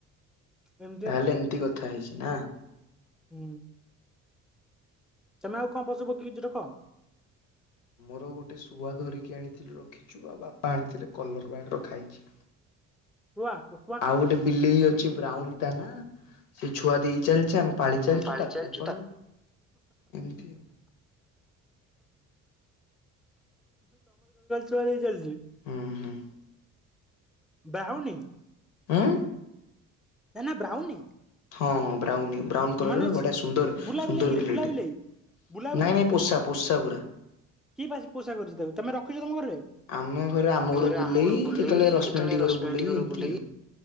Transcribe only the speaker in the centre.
ଏମିତି
ଆଉ
ହୁଁ। ତମେ ଆଉ କଁ ପଶୁ ପକ୍ଷୀ କିଛି ରଖ?
ଶୁଆ କୋ
<unintelligible> ମୁ ତମର
ଘରେ ଖାଲି
ଛୁଆ ଦେଇ ଚାଲ
ଡାହଉନି
ନା ନା ବ୍ରାଉନି
ମାନେ ସେ
ବୁଲା
ବିଲେଇ କିରେ
ବୁଲା ବିଲେଇ ବୁଲା
କି ପାଶି ପୋସା କରୁଛି ତାକୁ ତମେ ରଖିଚ ତମ ଘରେ?
ଘରେ ଆମ ଘରୁ ବୁଲେଇ
କେତେବେଳେ
ରଶ୍ମି
ଆଣ୍ଟି ଘରକୁ
ବୁଲେଇ